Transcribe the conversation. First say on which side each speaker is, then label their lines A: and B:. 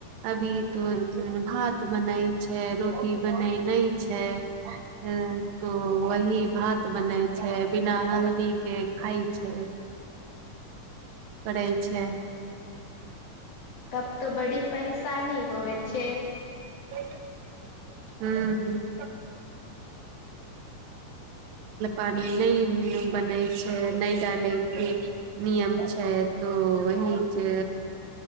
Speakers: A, on the right; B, on the left.
A: अभी तो भ तऽ बनाय छै रोटी बनैना छै हँ तो वही भात बनै छै बिना हल्दी एक खइ छै करै छै
B: तब तो बड़ी परेशानी होव छै
A: ट हँ पानी नहि बनै नहि डालै के नियम छै तो वही छै